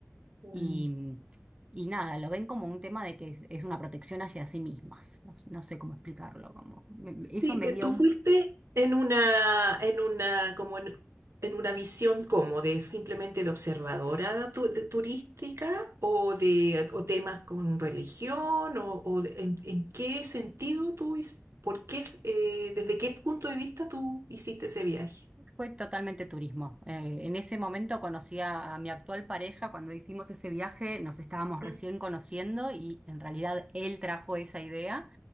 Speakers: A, on the right; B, on the right.
A: claro.
B: Y, y nada, lo ven como un tema de que es, es una protección hacia sí mismas. No, no sé cómo explicarlo, como me- me- eso
A: Sí,
B: me
A: pero
B: dio
A: tú
B: un...
A: fuiste en una, en una, como en, en una visión como de simplemente de observadora tu- de turística o de o temas con religión o, o de- en, en qué sentido tú, his- por qué, es- eh, desde qué punto de vista tú hiciste ese viaje.
B: Fue totalmente turismo. Eh, en ese momento conocí a, a mi actual pareja, cuando hicimos ese viaje nos estábamos recién
A: Mm,
B: conociendo y en realidad él trajo esa idea